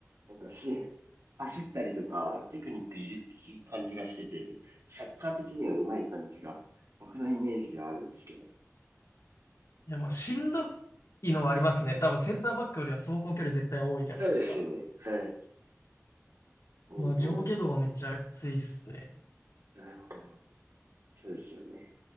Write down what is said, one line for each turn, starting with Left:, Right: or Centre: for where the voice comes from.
Right: なんかし、走ったりとか、テクニックいるって感じがしてて、サッカー的には上手い感じが、僕のイメージではあるんですけど。
Left: いや、まあ、しんどいのはありますね。多分センターバックよりは走行距離絶対多いじゃないですか。
Right: そうですよね。はい。多いと思う。
Left: まあ、上下動がめっちゃきついっすね。
Right: なるほど。そうですよね。